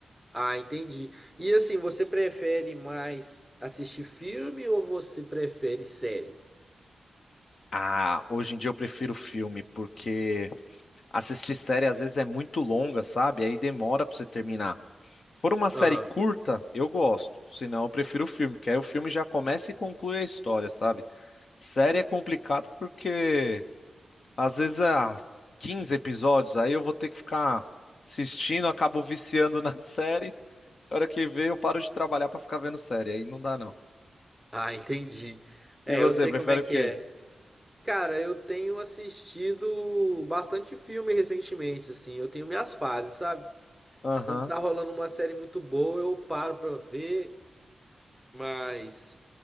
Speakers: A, in the centre; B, on the left.
A: Ah, entendi. E assim, você prefere mais assistir filme ou você prefere série?
B: Ah, hoje em dia eu prefiro filme, porque assistir série às vezes é muito longa, sabe? Aí demora pra você terminar. Se for uma série
A: Aham.
B: curta, eu gosto. Se não, eu prefiro o filme, porque aí o filme já começa e conclui a história, sabe? Série é complicado porque às vezes há 15 episódios, aí eu vou ter que ficar assistindo, acabo viciando na <laughs> série. Na hora que vê, eu paro de trabalhar pra ficar vendo série. Aí não dá, não.
A: Ah, entendi. É,
B: E você,
A: eu sei
B: prefere
A: como é que
B: o quê?
A: é. Cara, eu tenho assistido bastante filme recentemente, assim. Eu tenho minhas fases, sabe?
B: Aham.
A: Quando tá rolando uma série muito boa, eu paro pra ver, mas